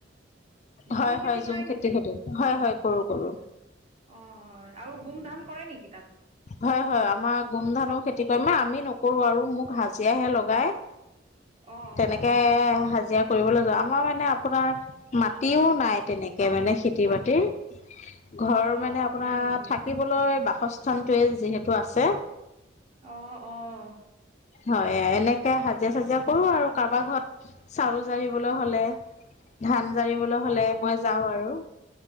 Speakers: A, on the right; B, on the left.
A: ঝুম
B: হয় হয়
A: কৰে
B: জুম, খেতি
A: নেকি
B: খেতি হয়, হয় কৰো কৰো।
A: অ হয় আৰু গুম ধান কৰে নেকি তাত।
B: হয় হয় আমাৰ গোমধানৰ খেতি কৰিমে আমি নকৰোঁ আৰু মোক হাজিৰা হে লগাই।
A: অ অ
B: তেনেকে হাজিৰা কৰিবলৈ যোৱা আমাৰ মানে আপোনাৰ মাটিও নাই তেনেকে মানে। খেতি বাতিৰ ঘৰ
A: অ অ
B: মানে
A: অ
B: আপোনাৰ
A: হয় নেকি
B: থা বাসস্থানটোৱেই যিহেতু আছে।
A: আহ আহ
B: হয় এনেকে হাজিৰা চাজিৰা কৰো আৰু কাৰোবাৰ ঘৰত চাউল জাৰিবলৈ হলে, ধান জাৰিবলৈ
A: অ
B: হ'লে
A: অ
B: মই যাওঁ আৰু।